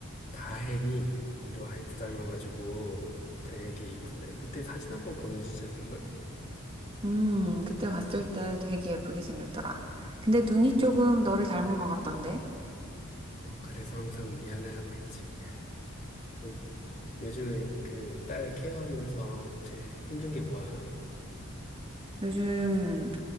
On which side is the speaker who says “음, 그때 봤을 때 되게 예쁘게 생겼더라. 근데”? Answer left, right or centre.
Right